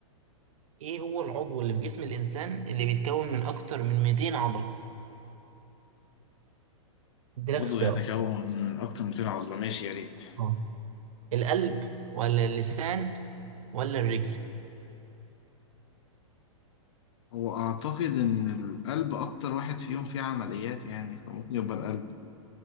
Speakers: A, on the right; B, on the left.
A: ايه هو العضو اللي في جسم الانسان اللي بيتكون من اكتر من 200 عضلة اديلك
B: عضو
A: اختيارات
B: يتكون من اكتر من 200 عضله ماشي يا ريت
A: اه القلب ولا اللسان ولا الرجل
B: هو اعتقد ان القلب اكتر واحد فيهم فيه عمليات يعني فممكن يبقى القلب